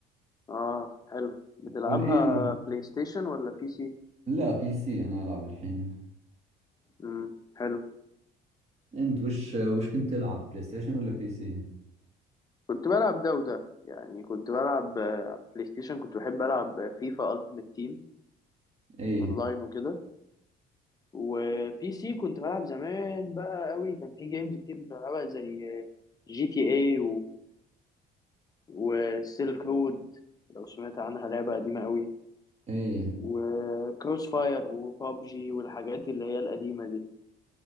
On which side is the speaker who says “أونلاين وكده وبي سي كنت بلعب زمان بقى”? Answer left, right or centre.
Left